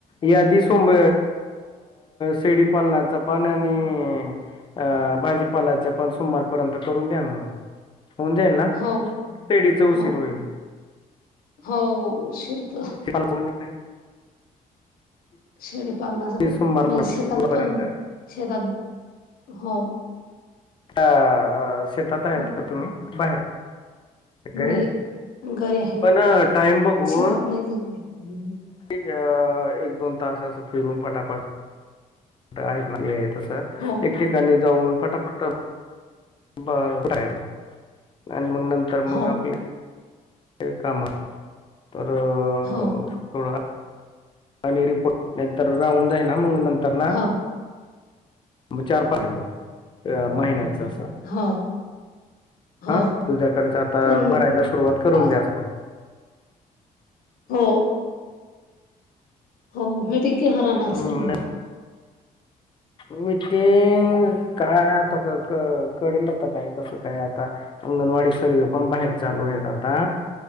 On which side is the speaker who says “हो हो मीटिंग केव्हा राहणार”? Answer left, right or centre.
Left